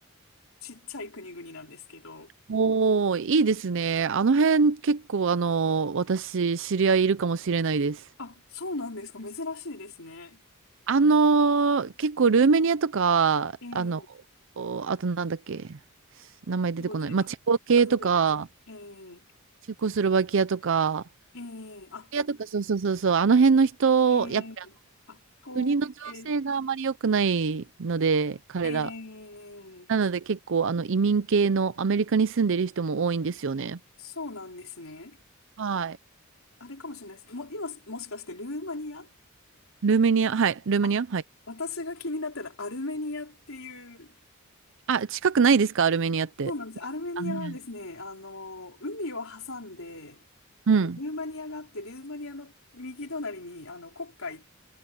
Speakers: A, on the left; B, on the right.
A: ちっちゃい国々なんですけど、
B: おー、いいですね。あの辺結構あの、私知り合いいるかもしれないです。
A: あ、そうなんですか。珍しいですね。
B: あのー結構ルーメニアとか、
A: えー、
B: あの、おあとなんだっけ、名前出てこない。
A: ジョージア、
B: まあ、チェコ系とか、
A: アゼル、えー、
B: チェコスロバキアとか、
A: えー、あ、
B: バキとか、そうそうそうそう、あの辺の人、
A: えー、
B: やっぱり
A: あ、東欧系
B: 国の情勢があまり良くないので、彼ら。
A: ええ
B: なので結構、あの、移民系のアメリカに住んでる人も多いんですよね。
A: そうなんですね。
B: はい。
A: あれかもしれないです。も、今、もしかしてルーマニア
B: ルーメニア、はい、ルーメニア、
A: あ、
B: はい。
A: 私が気になったらアルメニアっていう、
B: あ、近くないですか、ルーメニアって。
A: そうなんです。アルメニアはですね、
B: あの辺。
A: あの、海を挟んで、
B: うん。
A: あの、ルーマニアがあって、ルーマニアの右隣に、あの、黒海っ